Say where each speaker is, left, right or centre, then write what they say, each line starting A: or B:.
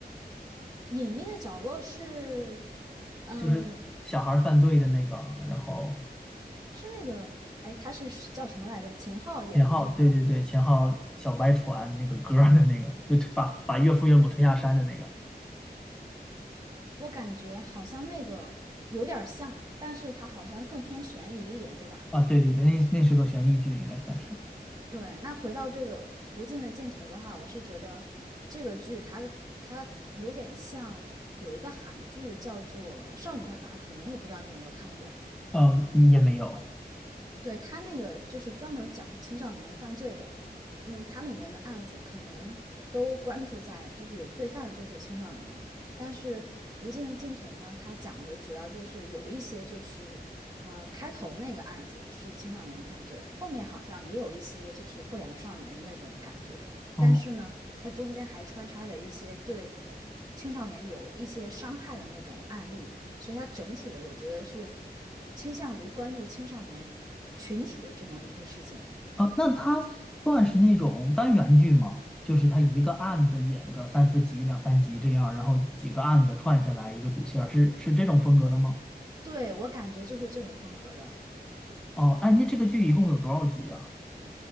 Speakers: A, on the right; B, in the centre.
A: 隐秘的角落是，嗯，
B: 就是小孩儿犯罪的那个，然后
A: 是那个，哎，他是叫什么来着？秦昊演的那个吗？
B: 秦昊，对对对，秦昊小白船那个歌儿的那个，就推把把岳父岳母推下山的那个
A: 我感觉好像那个有点儿像，但是他好像更偏悬疑一点，对吧？
B: 啊，对对对，那那是个悬疑剧，应该算是，
A: 对，那回到这个无尽的尽头的话，我是觉得这个剧它它有点像有一个韩剧叫做《少年法庭》，我不知道你有没有看过。
B: 嗯，也没有。
A: 对，他那个就是专门儿讲青少年犯罪的，那他里面的案子可能都关注在就是罪犯就是青少年，但是《无尽的尽头》呢，他讲的主要就是有一些就是，嗯，开头那个案子是青少年犯罪，后面好像也有一些就是不良少年的那种感觉，
B: 哦
A: 但是呢，它中间还穿插着一些对。青少年有一些伤害的那种案例，所以它整体的我觉得是倾向于关注青少年群体的这么一个事情。
B: 啊，那它算是那种单元剧吗？就是它一个案子演个三四集、两三集这样，然后几个案子串下来一个主线儿是是这种风格的吗？
A: 对，我感觉就是这种风格的，
B: 哦，哎，那这个剧一共有多少集呀？